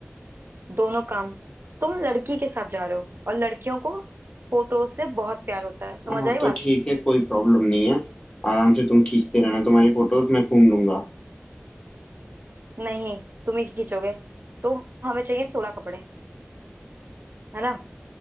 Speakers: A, on the right; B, on the left.
A: दोनों काम तुम लड़की के साथ जा रहे हो और लड़कियों को फोटो से बहुत प्यार होता है समझ
B: हाँ
A: आई
B: तो
A: बात
B: ठीक है कोई प्रॉब्लम नहीं है आराम से तुम खींचते रहना तुम्हारी फोटोज मैं घूम लूंगा
A: नहीं तुम ही खींचोगे तो हमें चाहिए सोलह कपड़े है ना